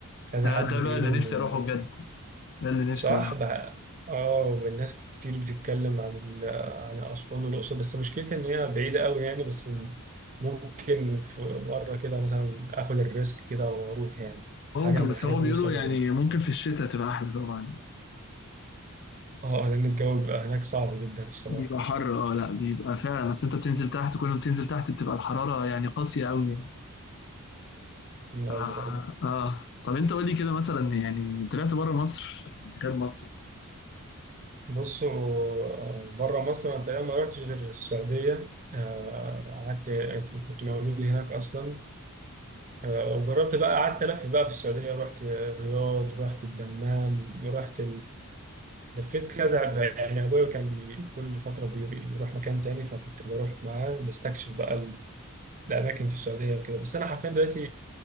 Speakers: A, on the right (about 35°); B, on the left (about 50°).
A: كذا
B: ده
A: حد
B: ده
A: بيقول
B: بقى اللي
A: ان
B: نفسي اروحه بجد ده اللي نفسي
A: صح بقى اه الناس كتير بتتكلم عن ال- عن اسوان والاقصر بس مشكلتي ان هي بعيده قوي يعني بس ممكن في مره كده مثلا اخد الريسك كده واروح يعني
B: ممكن
A: حاجه من
B: بس
A: الحاجات
B: هو
A: اللي
B: بيقولوا
A: نفسي اجربها
B: يعني ممكن في الشتاء تبقى احلى طبعا
A: اه لان الجو بيبقى هناك صعب جدا الصراحه
B: بيبقى حر اه لا بيبقى فعلا بس انت بتنزل تحت كل ما بتنزل تحت بتبقى الحرارة يعني قاسية قوي يعني.
A: ايوه
B: ف اه
A: ايوه
B: طب انت قول لي كده مثلا يعني طلعت بره مصر غير مصر
A: بصوا بره مصر انا تقريبا ما رحتش غير السعوديه آه، قعدت كنت مولود هناك اصلا آه، وجربت بقى قعدت الف بقى في السعوديه رحت الرياض رحت الدمام رحت لفيت كذا يعني ابويا كان بي... كل فتره بي- بيروح مكان تاني فكنت بروح معاه بستكشف بقى ال- الاماكن في السعوديه وكده بس انا حرفيا دلوقتي